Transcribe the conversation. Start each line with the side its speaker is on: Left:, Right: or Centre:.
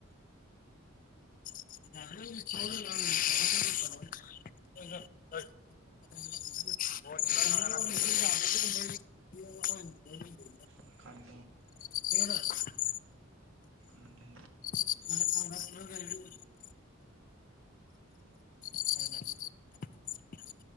Left: <unintelligible> <inaudible>
Right: <inaudible>
Left: <inaudible>
Right: औ दे
Left: <inaudible> <inaudible>